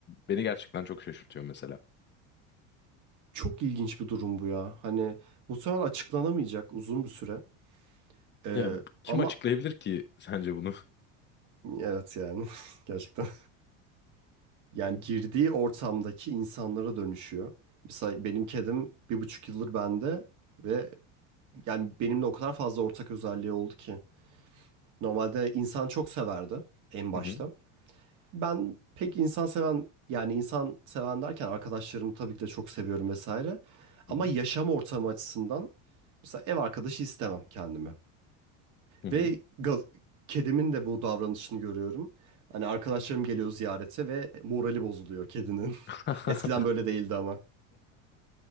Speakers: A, on the left (about 30°); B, on the right (about 50°).
A: beni gerçekten çok şaşırtıyor mesela.
B: Çok ilginç bir durum bu ya. Hani muhtemelen açıklanamayacak uzun bir süre. Ee,
A: Ya kim
B: ama
A: açıklayabilir ki sence bunu?
B: Evet yani <laughs> gerçekten. Yani girdiği ortamdaki insanlara dönüşüyor. Mesela benim kedim bir buçuk yıldır bende ve yani benimle o kadar fazla ortak özelliği oldu ki. Normalde insan çok severdi en
A: Hı
B: başta.
A: hı.
B: Ben pek insan seven yani insan seven derken arkadaşlarımı tabii ki de çok seviyorum vesaire.
A: Hı
B: Ama
A: hı.
B: yaşam ortamı açısından mesela ev arkadaşı istemem kendime.
A: Hı hı.
B: Ve gaz- kedimin de bu davranışını görüyorum. Hani arkadaşlarım geliyor ziyarete ve morali bozuluyor kedinin.
A: <laughs>
B: <laughs> Eskiden böyle değildi ama.